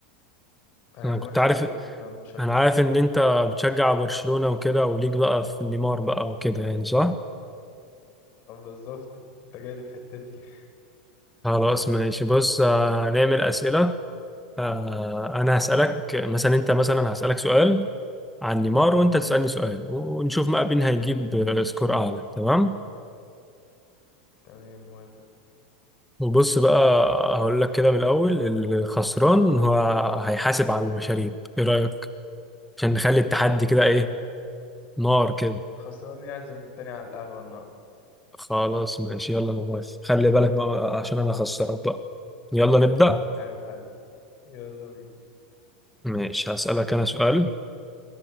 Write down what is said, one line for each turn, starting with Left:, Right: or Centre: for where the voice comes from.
Left: أنا
Centre: انا
Left: موافق
Centre: كنت عارف
Left: جدا أنا مش هج...
Centre: انا عارف ان انت بتشجع برشلونه وكده وليك بقى في نيمار بقى وكده يعني صح
Left: آه بالظبط أنت جاي لي في حتتي <laughs>
Centre: خلاص ماشي بص آه، نعمل أسئلة آه، أنا هسألك مثلا أنت مثلا هسألك سؤال عن نيمار وأنت تسألني سؤال ونشوف بقى مين هيجيب آه، سكور أعلى تمام
Left: تمام موافق
Centre: وبص بقى هقول لك كده من الأول الخسران هو هيحاسب على المشاريب إيه رأيك عشان نخلي التحدي
Left: آه
Centre: كده إيه
Left: آه،
Centre: نار كده
Left: الخسران يعزم التاني على القهوة النهاردة
Centre: خلاص ماشي يلا أنا موافق خلي بالك بقى عشان أنا خسران بقى يلا نبدأ
Left: عيب عليك يلا بينا
Centre: ماشي هسألك أنا سؤال